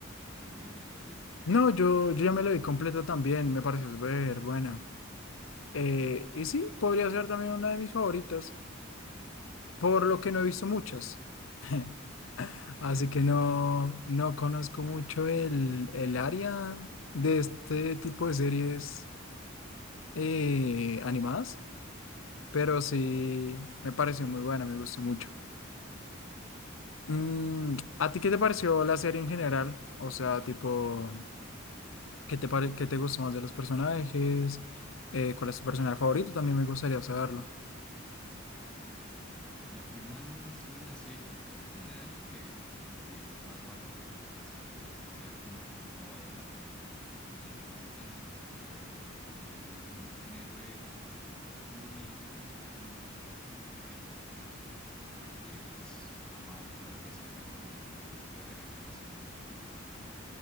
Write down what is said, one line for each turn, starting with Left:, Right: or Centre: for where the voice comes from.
Centre: en algún episodio?
Left: No, yo, yo ya me lo vi completo también. Me pareció súper buena. Eh, y sí, podría ser también una de mis favoritas, por lo que
Centre: No.
Left: no he visto muchas. <laughs>
Centre: Ok,
Left: Así
Centre: ok.
Left: que no, no conozco mucho el, el área de este tipo de series eh, animadas, pero
Centre: Ok.
Left: sí me pareció muy buena, me gustó mucho. Mm, ¿a ti qué te pareció la serie en general? O sea, tipo, ¿qué te pare- qué te gustó más de los personajes? Eh, ¿cuál es tu personaje favorito? También me gustaría saberlo.
Centre: Lo que más me gustó de la serie, bueno, en general lo que, lo que más valoro de una serie es que sea como innovadora y pues esta nos presentó como un, un héroe muy, muy, muy, muy, muy real, ¿no? Porque pues a Mark no lo presentan como este superhéroe tradicional que,